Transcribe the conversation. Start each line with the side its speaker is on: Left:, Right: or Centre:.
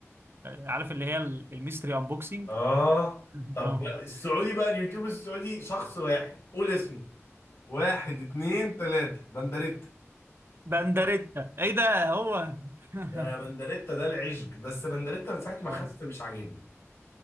Right: عارف اللي هي ال- الميستري انبوكسنج
Left: اه
Right: <laughs> دراما
Left: طب بقى السعودي بقى اليوتيوب السعودي شخص واحد قول اسمه واحد اتنين تلاتة بندريتا
Right: بندريتا ايه ده هو <laughs>
Left: ده بندريتا ده العشق بس بندريتا من ساعة ما
Right: اه
Left: خست مش عاجبني